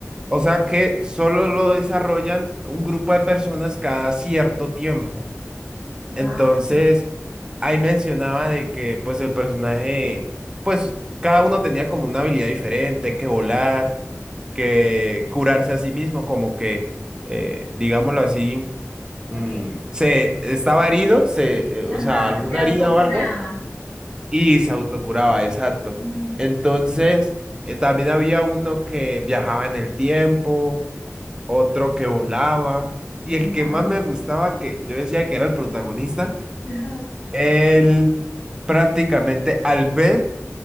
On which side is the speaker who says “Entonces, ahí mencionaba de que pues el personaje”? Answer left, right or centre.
Right